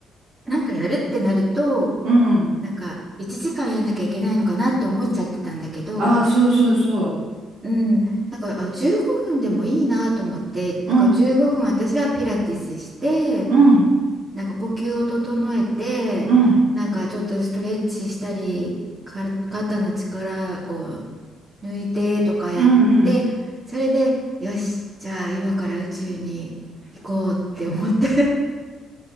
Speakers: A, on the right (about 25°); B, on the right (about 55°).
A: なんかやるってなると、
B: うん。うん
A: なんか1時間やんなきゃいけないのかなって思っちゃってたんだけど、
B: あ、そうそうそ
A: うん、なんか、あ、15分でもいいなと思って、だから15分私はピラティスして、
B: ううん
A: なんか呼吸を整えて、
B: うん
A: なんかちょっとストレッチしたり、か肩の力を抜いてとかやって、
B: うんうん
A: それで、よし、じゃあ今から宇宙に行こうって思って